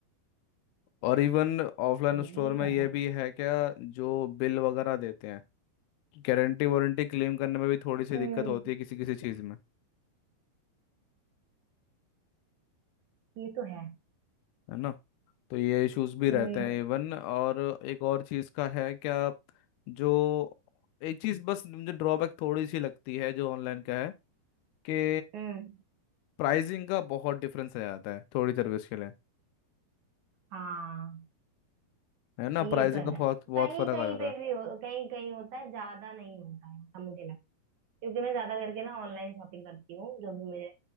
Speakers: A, on the left (about 80°); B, on the right (about 65°).
A: और इवन ऑफलाइन
B: तो
A: स्टोर
B: ये
A: में
B: तो
A: ये
B: है
A: भी है क्या जो बिल वगैरह देते हैं गारंटी वारंटी क्लेम करने में भी थोड़ी सी
B: हम्म
A: दिक्कत होती है किसी किसी चीज़ में
B: ये तो है
A: है ना तो ये इश्यूज भी
B: हम्म
A: रहते हैं इवन और एक और चीज़ का है क्या जो एक चीज़ बस मुझे ड्रॉबैक थोड़ी सी लगती है जो ऑनलाइन का है कि
B: हम्म
A: प्राइसिंग का बहुत डिफरेंस आ जाता है थोड़ी सर्विस के लिए
B: हाँ
A: है ना
B: ये
A: प्राइसिंग
B: तो
A: का
B: है
A: बहुत बहुत
B: कहीं
A: फर्क
B: कहीं
A: आ जाता
B: पे
A: है
B: भी हो, कहीं कहीं होता है ज्यादा नहीं होता है ऐसा मुझे क्योंकि मैं ज्यादा करके ना ऑनलाइन शॉपिंग करती हूँ जो भी मुझे